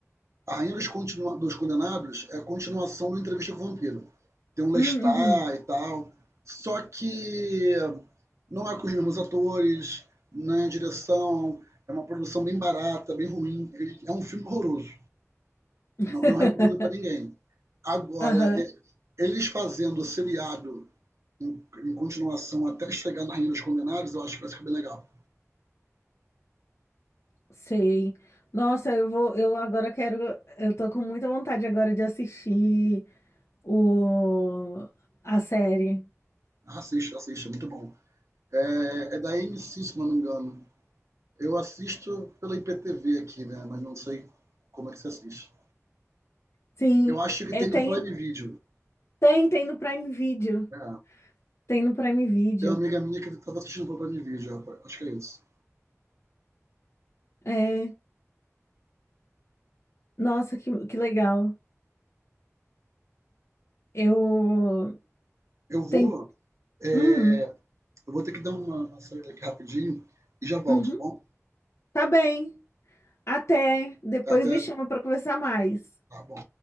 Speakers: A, on the right (about 65°); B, on the left (about 60°).
A: A Rainha dos, Continua- dos Condenados é a continuação do Entrevista com o Vampiro. Tem um Lestat
B: Hum, Uhum.
A: e tal. Só que não é com os mesmos atores, né? direção, é uma produção bem barata, bem ruim. É um filme horroroso.
B: <laughs>
A: Não, não recomendo para ninguém. Agora,
B: Aham,
A: eles fazendo o seriado em, em continuação até chegar na Rainha dos Condenados, eu acho que vai ficar bem legal.
B: sei. Nossa, eu vou, eu agora quero, eu tô com muita vontade agora de assistir o, a série.
A: Assista, assista, é muito bom. É, é da AMC, se não me engano. Eu assisto pela IPTV aqui, né? Mas não sei como é que se assiste.
B: Sim,
A: Eu acho que
B: é,
A: tem
B: tem,
A: no Prime Video.
B: tem, tem no Prime Video.
A: É
B: Tem no Prime Video.
A: Tem uma amiga minha que estava assistindo pelo Prime Video, rapaz. acho que é isso.
B: É, nossa, que, que legal. Eu
A: Eu vou,
B: tem,
A: é,
B: hum,
A: eu vou ter que dar uma, uma saída aqui rapidinho e já volto,
B: uhum,
A: tá bom?
B: tá bem. Até depois
A: Até,
B: me chama para conversar mais.
A: tá bom.